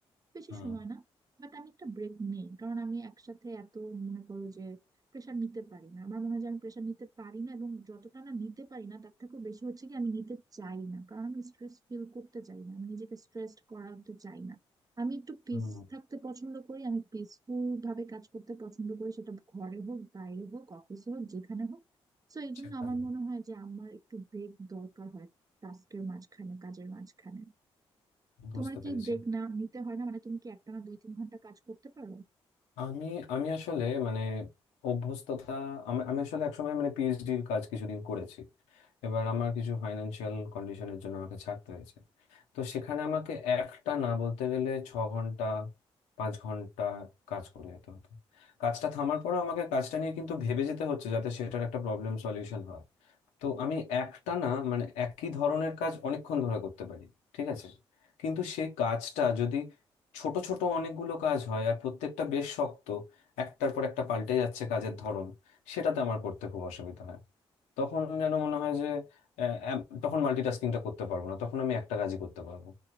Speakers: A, on the right (about 30°); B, on the left (about 85°).
A: বেশি
B: হুম,
A: সময় না বাট আমি একটা ব্রেক নেই কারণ আমি একসাথে এত মনে করো যে প্রেশার নিতে পারি না আমার মনে হয় যে আমি প্রেশার নিতে পারি না এবং যতটা না নিতে পারি না তার থেকেও বেশি হচ্ছে কি আমি নিতে চাই না কারণ আমি স্ট্রেস ফিল করতে চাই না আমি নিজেকে স্ট্রেসড করাতে চাই না আমি একটু পিস
B: হুম
A: থাকতে পছন্দ করি আমি পিসফুল ভাবে কাজ করতে পছন্দ করি সেটা ঘরে হোক বাইরে হোক অফিসে হোক যেখানে হোক তো এই জন্য
B: সেখানে
A: আমার মনে হয় যে আমার একটু ব্রেক দরকার হয় টাস্কের মাঝখানে কাজের মাঝখানে তোমার
B: বুঝতে
A: কি
B: পেরেছি
A: ব্রেক না নিতে হয় না মানে তুমি কি একটানা দুই তিন ঘন্টা কাজ করতে পারো
B: আমি আমি আসলে মানে অভ্যস্ততা আমি আমি আসলে একসময় মানে পিএইচডির কাজ কিছুদিন করেছি এবার আমার কিছু ফাইন্যান্সিয়াল কন্ডিশনের জন্য আমাকে ছাড়তে হয়েছে তো সেখানে আমাকে একটা না বলতে গেলে ছ ঘন্টা পাঁচ ঘন্টা কাজ করে যেতে হতো কাজটা থামার পরেও আমাকে কাজটা নিয়ে কিন্তু ভেবে যেতে হচ্ছে যাতে সেটার একটা প্রবলেম সলিউশন হয় তো আমি একটা না মানে একই ধরনের কাজ অনেকক্ষণ ধরে করতে পারি ঠিক আছে কিন্তু সেই কাজটা যদি ছোট ছোট অনেকগুলো কাজ হয় আর প্রত্যেকটা বেশ শক্ত একটার পর একটা পাল্টে যাচ্ছে কাজের ধরন সেটাতে আমার করতে খুব অসুবিধা হয় তখন যেন মনে হয় যে আহ, এম- তখন মাল্টিটাস্কিংটা করতে পারবো না তখন আমি একটা কাজই করতে পারবো